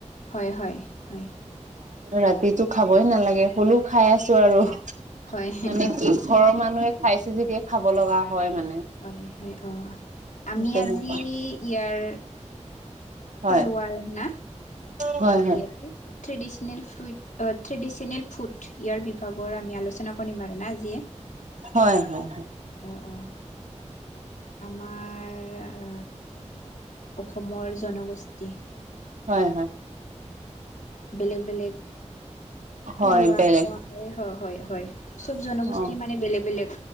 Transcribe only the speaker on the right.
ৰাতিটো খাবই নালাগে হ'লেও খাই আছো আৰু।
মানে কি ঘৰৰ মানুহে খাইছে যেতিয়া খাব লগা হয় মানে?
তেনেকুৱা
হয়
হয় হয়।
হয় হয়।
হয় হয়।
হয়
বেলেগ
অ